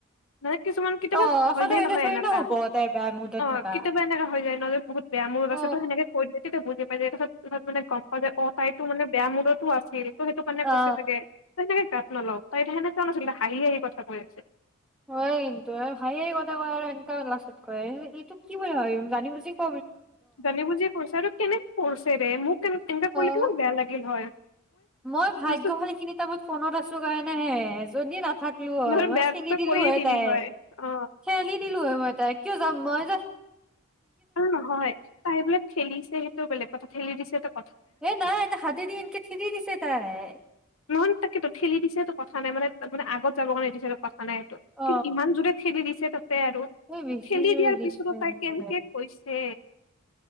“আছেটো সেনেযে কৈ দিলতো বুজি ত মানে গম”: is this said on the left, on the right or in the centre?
Left